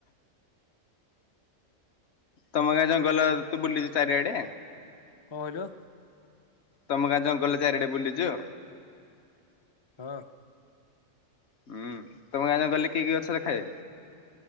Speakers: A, on the left; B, on the left.
A: ତମେ ଗାଁ ଜଙ୍ଗଲ ତୁ ବୁଲିଛୁ ଚାରିଆଡେ
B: କଁ କହିଲ
A: ତମ ଗାଁ ଜଙ୍ଗଲରେ ଚାରିଆଡେ ବୁଲିଛୁ
B: ହଁ
A: ହୁଁ ତମ ଗାଁ ଜଙ୍ଗଲ ରେ କିଇ କିଇ ଗଛ ଦେଖାଯାଏ?